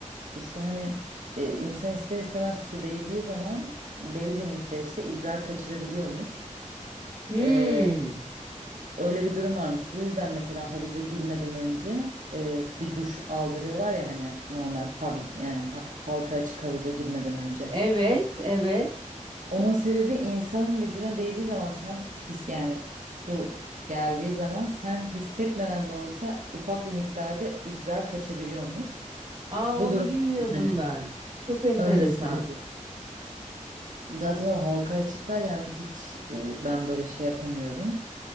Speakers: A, on the right; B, on the right.
A: İşte hani e, insan ister istemez su değdiği zaman belli bir miktar işte idrar kaçırabiliyormuş.
B: Hmm,
A: E, Öyle bir durum varmış. Bu yüzden mesela havuza girmeden önce e, bir duş aldırıyorlar ya hani normal public yani ha- halka açık havuza girmeden önce.
B: evet, evet.
A: Onun sebebi insanın vücuduna değdiği zaman sen his yani su geldiği zaman sen hissetmeden de olsa ufak bir miktarda idrar kaçabiliyormuş.
B: Aa
A: Bu
B: onu
A: durum
B: bilmiyordum
A: için hani
B: ben. Çok enteresan.
A: öncesinde. diyor. Zaten o halka açıklar yani hiç e, ben böyle şey yapamıyorum.